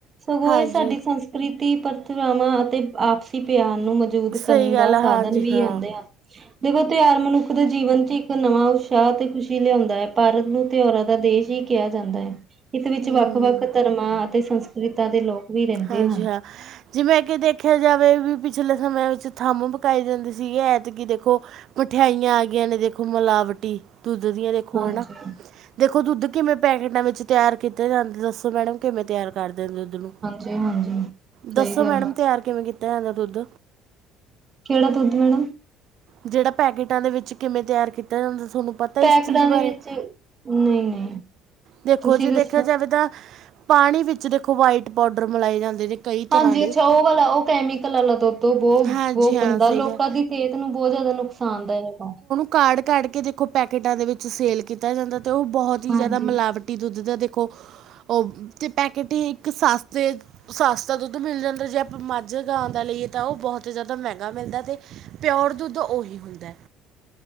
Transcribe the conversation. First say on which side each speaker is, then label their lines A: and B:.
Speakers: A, on the right (about 35°); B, on the right (about 55°).
A: ਸਗੋਂ
B: ਹਾਂਜੀ,
A: ਇਹ ਸਾਡੀ ਸੰ ਪ੍ਰੀਤੀ ਪਰੰਪਰਾਵਾਂ ਅਤੇ ਆਪਸੀ ਪਿਆਰ ਨੂੰ। ਮਜਬੂਤ
B: ਸਹੀ
A: ਕਰਨ
B: ਗੱਲ
A: ਦਾ
B: ਆ
A: ਸਾਧਨ
B: ਹਾਂਜੀ
A: ਵੀ
B: ਹਾਂ,
A: ਹੁੰਦੇ ਹਨ ਦੇਖੋ ਤਿਉਹਾਰ ਮਨੁੱਖ ਦੇ ਜੀਵਨ ਚ ਇੱਕ ਨਵਾਂ। ਉਤਸ਼ਾਹ ਤੇ ਖੁਸ਼ੀ ਲਿਆਉਂਦਾ ਹੈ ਭਾਰਤ ਨੂੰ ਤਿਉਹਰਾਂ ਦਾ ਦੇਸ਼ ਹੀ ਕਿਹਾ ਜਾਂਦਾ ਹੈ। ਇਸ ਵਿੱਚ
B: ਹੂੰ।
A: ਵੱਖ- ਵੱਖ ਧਰਮਾਂ ਅਤੇ ਸੰਸਕ੍ਰਿਤਾਂ ਦੇ ਲੋਕ
B: ਹਾਂਜੀ, ਹਾਂ
A: ਹ <inaudible>
B: ਜਿਵੇਂ ਕਿ ਦੇਖਿਆ ਜਾਵੇ ਵੀ ਪਿਛਲੇ ਸਮਿਆਂ ਵਿੱਚ ਥੰਮ ਪਕਾਏ ਜਾਂਦੇ ਸੀਗੇ ਐਤਕੀ ਦੇਖੋ ਮਠਿਆਈਆਂ ਆ ਗਈਆਂ ਨੇ ਦੇਖੋ ਮਿਲਾਵਟੀ ਦੁੱਧ ਦੀਆਂ ਦੇਖੋ
A: ਹਾਂਜੀ,
B: ਹਨਾ ਦੇਖੋ ਦੁੱਧ ਕਿਵੇਂ ਪੈਕੇਟਾਂ ਵਿੱਚ ਤਿਆਰ ਕੀਤੇ ਜਾਂਦੇ ਦੱਸੋ ਮੈਡਮ ਕਿਵੇਂ ਤਿਆਰ ਕਰਦੇ ਨੇ ਦੁੱਧ ਨੂੰ?
A: ਜੀ ਹਾਂਜੀ ਸਹੀ
B: ਦੱਸੋ
A: ਗੱਲ
B: ਮੈਡਮ
A: ਆ,
B: ਤਿਆਰ ਕਿਵੇਂ ਕੀਤਾ ਜਾਂਦਾ ਦੁੱਧ?
A: ਕਿਹੜਾ ਦੁੱਧ ਮੈਡਮ?
B: ਜਿਹੜਾ ਪੈਕੇਟਾਂ ਦੇ ਵਿੱਚ ਕਿਵੇਂ ਤਿਆਰ ਕੀਤਾ ਜਾਂਦਾ ਤੁਹਾਨੂੰ ਪਤਾ ਤਾਂ
A: ਪੈਕਟਾਂ
B: ਇਸ ਚੀਜ਼ ਬਾਰੇ,
A: ਦੇ ਵਿੱਚ ਨਹੀਂ-ਨਹੀਂ,
B: ਦੇਖੋ
A: ਤੁਸੀਂ
B: ਜੀ
A: ਦੱਸੋ?
B: ਦੇਖਿਆ ਜਾਵੇ ਤਾਂ ਪਾਣੀ ਵਿੱਚ ਦੇਖੋ ਵਾਈਟ ਪਾਊਡਰ ਮਿਏ ਜਾਂਦੇ ਨੇ ਕਈ ਤਰ੍ਹਾਂ
A: ਹਾਂਜੀ,
B: ਦੇ
A: ਅੱਛਾ! ਉਹ ਵਾਲਾ, ਉਹ ਕੈਮੀਕਲ ਵਾਲਾ ਦੁੱਧੋ ਬਹੁਤ
B: ਹਾਂਜੀ
A: ਬਹੁ
B: ਹਾਂ
A: ਗੰਦਾ
B: ਸਹੀ
A: ਲੋਕਾਂ
B: ਗੱਲ
A: ਦੀ ਸਿਹਤ ਨੂੰ ਬਹੁਤ ਜ਼ਿਆਦਾ ਨੁਕਸਾਨਦਾਇਕ ਹਾ।
B: ਕਾਢ -ਕਾਢ ਕੇ ਦੇਖੋ ਪੈਕੇਟਾਂ ਦੇ ਵਿੱਚ ਸੇਲ ਕੀਤਾ ਜਾਂਦਾ ਤੇ ਉਹ ਬਹੁਤ ਹੀ
A: ਹਾਂਜੀ-ਹਾਂਜੀ।
B: ਜ਼ਿਆਦਾ ਮਿਲਾਵਟ ਮਿਲਾਵਟੀ ਦੁੱਧ ਦਾ ਦੇਖੋ ਉਹ ਤੇ ਪੈਕੇਟ ਹੀ ਇੱਕ ਸਸਤੇ ਸਸਤਾ ਦੁੱਧ ਮਿਲ ਜਾਂਦਾ ਜੇ ਆਪਾਂ ਮ ਹੈ ਗਾ ਦਾ ਲਈਏ ਤਾਂ ਉਹ ਬਹੁਤ ਜ਼ਿਆਦਾ ਮਹਿੰਗਾ ਮਿਲਦਾ ਅਤੇ ਪਿਓਰ ਦੁੱਧ ਤਾਂ ਉਹੀ ਹੁੰਦਾ।